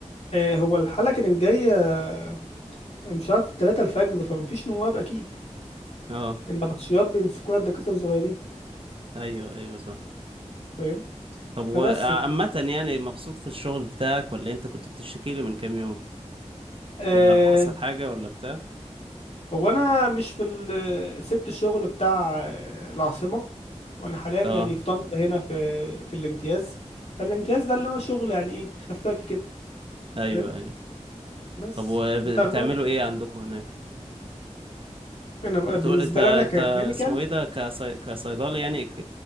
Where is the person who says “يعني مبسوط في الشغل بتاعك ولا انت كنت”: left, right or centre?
Right